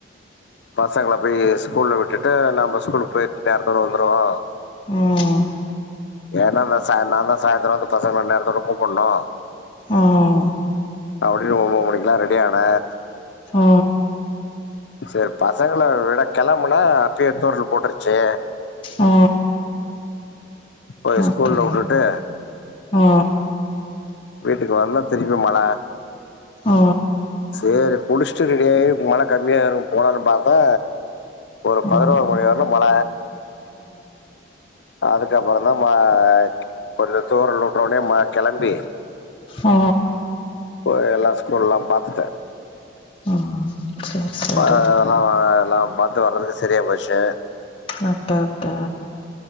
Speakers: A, on the left; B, on the left.
A: பசங்கள போய் ஸ்கூல்ல விட்டுட்டு நம் ஸ்கூலுக்கு போயிட்டு நேரத்தோட வந்துருவோ
B: ம்
A: ஏன்னா நா சாய் நா தா சாய்ந்தரம் வந்து பசங்கள நேரத்தோட கூப்பனும்
B: ம்
A: அப்டின்னு ஒம்போ மணிக்கல்லாம் ரெடி ஆன
B: ஆ
A: செரி பசங்க விட கெளம்பனா அப்பயே தூரல் போட்டுருச்சு
B: ஆ
A: போய்
B: ஓகே
A: ஸ்கூல்ல வுட்டுட்டு
B: ஆ
A: வீட்டுக்கு வந்த திருப்பி மழ
B: ஆ
A: சரி குளிச்சுட்டு ரெடி ஆயி மழ கம்மியாரு போலானு பாத்தா ஒரு பதினோரு
B: ம்
A: மணி வரலும் மழ அதுக்கப்பறம் தா மா கொஞ்ச தூரல் வுட்டோனயே மா கிளம்பி
B: ஆ
A: போய் எல்லா ஸ்கூல் எல்லாம் பாத்துட்ட
B: ம் சேர் சேரி
A: ஆ எல்லாம் பாத்து வர்றதுக்கு செரியா போச்சு
B: அடடா